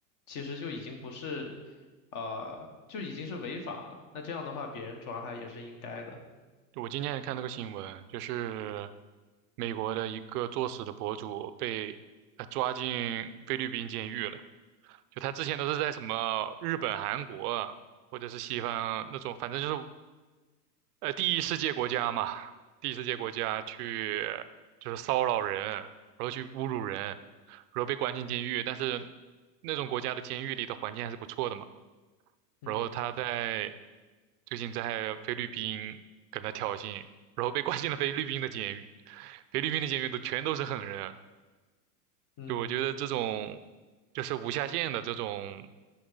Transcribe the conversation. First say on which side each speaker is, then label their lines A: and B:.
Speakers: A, on the left; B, on the right.
A: 其实就已经不是呃就已经是违法了，那这样的话别人抓他也是应该的，
B: 我今天还看那个新闻，就是美国的一个作死的博主被呃抓进菲律宾监狱了。就他之前都是在什么日本、韩国或者是西方那种，反正就是呃第一世界国家嘛，第一世界国家去就是骚扰人，然后去侮辱人，然后被关进监狱。但是那种国家的监狱里的环境还是不错的嘛。
A: 嗯
B: 然后他在最近在菲律宾跟他挑衅，然后被关进了菲律宾的监狱，菲律宾的监狱都全都是狠人啊，
A: 嗯。
B: 就我觉得这种就是无下限的这种